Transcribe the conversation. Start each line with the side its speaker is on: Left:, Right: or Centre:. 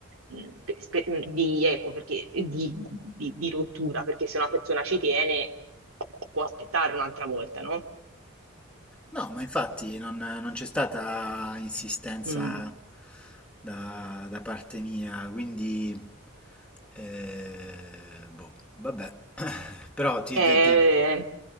Right: mh, per- per- di, ecco, perché, di, di- di rottura, perché se una persona ci tiene può aspettare un'altra volta, no?
Centre: No, ma infatti non, non c'è stata insistenza
Right: Mm.
Centre: da, da parte mia, quindi eh, boh, vabbè. <laughs> Però ti,
Right: Eh,
Centre: ti- ti-